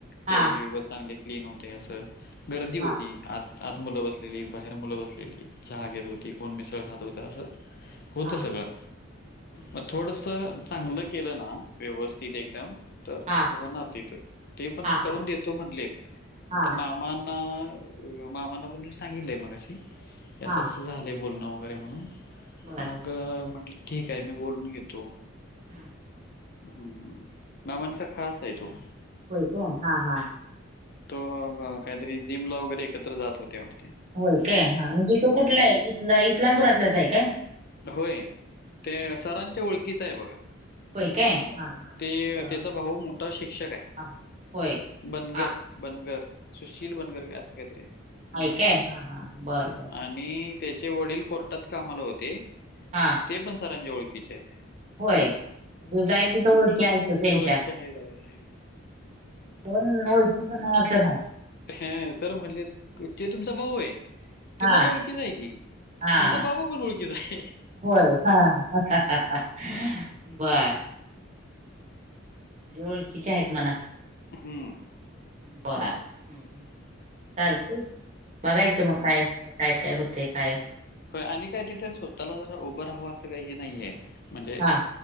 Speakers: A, on the left; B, on the right.
A: टेबल
B: हा
A: विबल चांगली- क्लीन होते असं गर्दी होती
B: हा
A: आत आत मुलं बसलेलीत बाहेर मुलं बसलेली. चहा घेत होती, कोण मिसळ खात होत, असं होतं
B: हा
A: सगळं
B: हम्म हम्म
A: मग थोडंसं - चांगलं केलं ना व्यवस्थित एकदम, तर
B: हा
A: होणार तिथं ते पण
B: हा
A: करून
B: हा
A: देतो म्हटलेत.
B: हा
A: आता मामाांना अ मामाांना पण सांगितलंय मगाशी. की असं
B: हा
A: असं झालंय बोलणं वगैरे म्हणून.
B: बर
A: मग मग म्हटलं ठीक आहे मी बोलून घेतो.
B: हम्म <inaudible>
A: हम्म. बाबांचा खास आहे तो.
B: होय का? हा हा.
A: तो काहीतरी जिम ला वगैरे एकत्र जात होते वाटते.
B: होय काय? हा, म्हणजे तो
A: हं.
B: कुठला आहे? इथंन इस्लामपुरातलंच आहे काय?
A: होय. ते
B: हम्म हम्म
A: सरांच्या ओळखीच आहे बघा.
B: होय काय?
A: अं
B: हा हा
A: ते
B: बर
A: त्याचा भाऊ मोठा शिक्षक आहे.
B: हा. होय
A: बनगर,
B: हा
A: बनगर सुशील बनगर काय असं काय तरी आहे. हां.
B: ऐकाय, हा, हा. बरं बरं.
A: आणि त्याचे वडील कोर्टात कामाला होते.
B: हां
A: ते पण सरांचे ओळखीचे आहेत.
B: होय, तु जाईल तिथं ओळखी आहेत त्यांच्या.
A: ओळखी आहेत, आहेत, आहेत.
B: कोण ओळखीचं नाय, असं नाय.
A: हं सर म्हणलेत, ते तुमचा भाऊ आहे.
B: हा
A: ते माझ्या ओळखीनं आहे की.
B: हा.
A: तुमचा बाबा पण ओळखीचा आहे.
B: होय हा. बरं ओळखीचे आहेत म्हणा.
A: हम्म.
B: बरं हं <inaudible> चालतंय, बघायचं मग
A: हं.
B: काय काय काय होते काय
A: होय. आणि काय तिथे स्वतःला जरा उभं राहावं, असं काही हे नाहीये. म्हणजे
B: हा